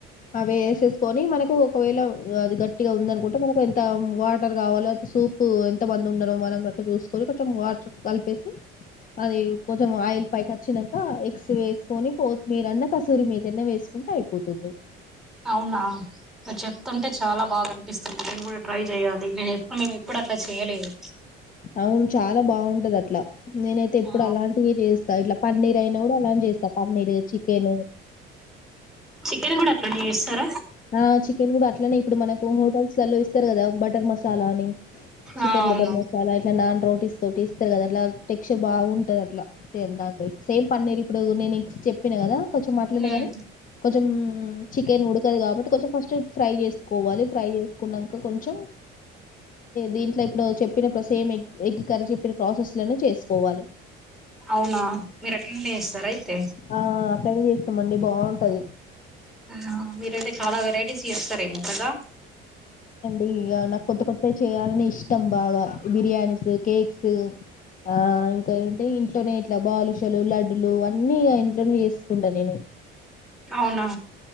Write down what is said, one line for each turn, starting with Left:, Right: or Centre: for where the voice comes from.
Left: వేస్ వేసుకొని మనకు ఒకవేళ అది గట్టిగా ఉందనుకుంటే, మనకు ఎంత వాటర్ కావాలో, సూప్ ఎంత మంది ఉండలో, మనం అట్లా చూసుకొని, కొంచెం వాటర్ కలిపేసి, అది కొంచెం ఆయిల్ పైకి వచ్చినంక, ఎగ్స్ వేసుకొని కోత్తిమీరన్నా, కసూరి మేతి వేసుకుంటే అయిపోతుంది.
Centre: అవునా చెప్తుంటే చాలా బాగా అనిపిస్తుంది. ట్రై చేయాలి నేను ఎప్పుడు మేము ఎప్పుడు అట్లా చేయలేదు.
Left: అవును చాలా బాగుంటది అట్లా నేనైతే ఎప్పుడు
Centre: ఆ
Left: అలాంటివి చేస్తా. ఇట్లా పన్నీర్ అయినా కూడా అలాంటివి చేస్తా. పన్నీర్, చికెన్.
Centre: మీరు కూడా అట్లనే చేస్తార.
Left: ఆ చికెన్ కూడా అట్లనే ఇప్పుడు మనకు హోటల్స్ లల్లో ఇస్తారు కదా! బటర్ మసాలా అని చికెన్
Centre: ఆ అవును
Left: బటర్ మసాలా ఇట్లా నాన్ రోటిస్ తోటిస్ స్తారు కదా అలా టెక్చర్ బాగుం ఎట్ట తట్లా ఎంతా సేమ్ అన్నేరు ఇప్పుడు నేను ఎగ్స్ చెప్పినను కదా కొంచెం అట్లనే
Centre: ఉమ్
Left: కానీ కొంచెం చికెన్ ఉడుకు కాబట్టి కొంచెం ఫస్ట్ ఫ్రై చేసుకోవాలి ఫ్రై చేసుకున్న కా కొంచెం దీంట్లో ఇప్పుడు చెప్పినప్పు సేమ్ ఎ ఎగ్గికర్రీ చెప్పిన ప్రాసెస్ లోనే చేసుకోవాలి.
Centre: అవునా మీరు అట్లనే చేస్తార అయితే
Left: ఆ అట్లనే చేస్తామండి బాగుంటది
Centre: ఆ మీరైతే చాలా వెరైటీస్ చేస్తారేమో కదా
Left: ఇ నాకు కొత్త కొత్త చేయాలని ఇష్టం. బాగా బిర్యానీస్, కేక్స్ ఆ ఇంకా ఏంటే ఇంట్లోనే ఇట్లా బాలుషలు, లడ్డులు అన్నీ ఇంట్లోనే చేసుకుంటాను నేను.
Centre: అవునా